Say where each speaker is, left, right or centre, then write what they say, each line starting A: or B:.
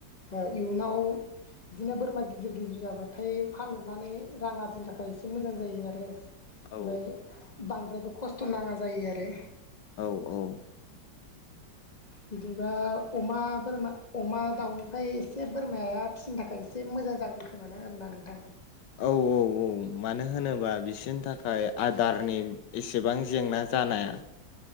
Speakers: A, on the left; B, on the left.
A: इयुनाव बिदिनो बोरमा गिदिर गिदिर जाबाथाय फानहरनानै रां आरजिनो थाखाय एसे मोजां जायो आरो ओमबाय
B: औ
A: बांद्रायबो खस्थ' नाङा जायो आरो ।
B: औ औ
A: बिदिबा अमा बोरमा अमा दाउनिफाय एसे बोरमाया फिसिनो थाखाय एसे मोजां जागोन खोमादां आरो ना नोंथां ।
B: औ औ औ औ मानो होनोबा बिसोरनि थाखाय आदारनि एसेबां जेंना जानाया ।